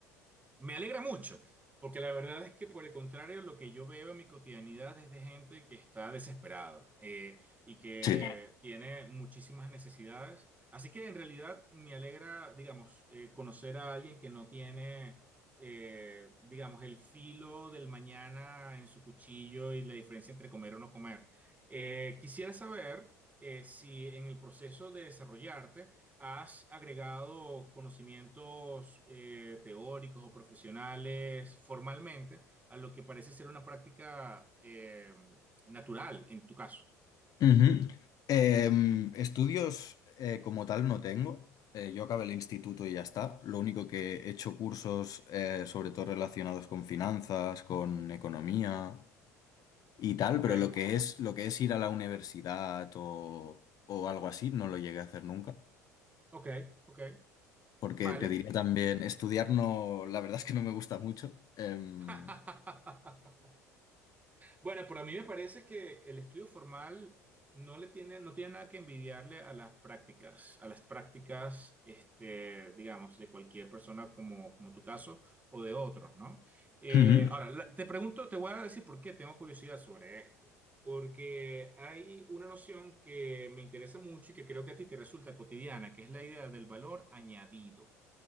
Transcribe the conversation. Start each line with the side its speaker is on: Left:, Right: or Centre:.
Right: Me alegra mucho, porque la verdad es que por el contrario, lo que yo veo en mi cotidianidad es de gente que está desesperada eh, y que
Left: Sí.
Right: tiene muchísimas necesidades. Así que en realidad me alegra, digamos, eh, conocer a alguien que no tiene, eh, digamos, el filo del mañana en su cuchillo y la diferencia entre comer o no comer. Eh, quisiera saber eh, si en el proceso de desarrollarte, ¿Has agregado conocimientos eh, teóricos o profesionales formalmente a lo que parece ser una práctica eh, natural en tu caso?
Left: Ujú. Em, estudios eh, como tal no tengo. Eh, yo acabé el instituto y ya está. Lo único que he hecho cursos eh, sobre todo relacionados con finanzas, con economía y tal,
Right: Ok,
Left: pero lo que es, lo que es ir a la universidad o, o algo así no lo llegué a hacer nunca.
Right: ok, ok.
Left: Porque
Right: Vale.
Left: te diría también, estudiar no, la verdad es que no me gusta mucho. Em,
Right: <laughs> Bueno, pero a mí me parece que el estudio formal no le tiene, no tiene nada que envidiarle a las prácticas, a las prácticas, este, digamos, de cualquier persona como, como tu caso o de otros, ¿no? Eh,
Left: ujú,
Right: ahora, la- te pregunto, te voy a decir por qué tengo curiosidad sobre esto. Porque hay una noción que me interesa mucho y que creo que a ti te resulta cotidiana, que es la idea del valor añadido